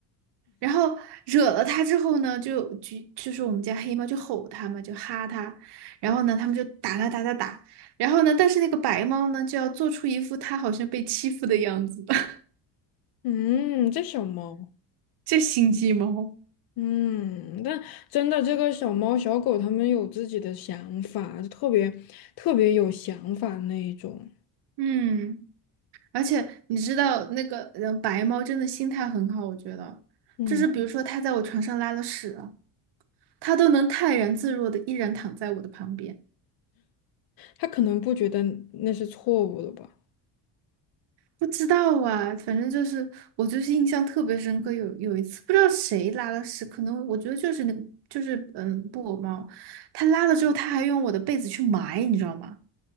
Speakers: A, on the right; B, on the left.
A: 然后惹了它之后呢，就就就是我们家黑猫就吼它嘛，就哈它，然后呢，他们就打它打打打。然后呢，但是那个白猫呢，就要做出一副它好像被欺负的样子，<laughs>
B: 嗯，这小猫，
A: 这心机猫。
B: 嗯，但真的这个小猫小狗，它们有自己的想法，特别特别有想法那一种。
A: 嗯。而且你知道那个嗯，白猫真的心态很好，我觉得，
B: 嗯，
A: 就是比如说它在我床上拉了屎啊它都能泰然自若的依然躺在我的旁边。
B: 它可能不觉得那是错误的吧。
A: 不知道啊，反正就是我就是印象特别深刻，有有一次不知道谁拉了屎，可能我觉得就是那个就是嗯布偶猫，它拉了之后，它还用我的被子去埋，你知道吗？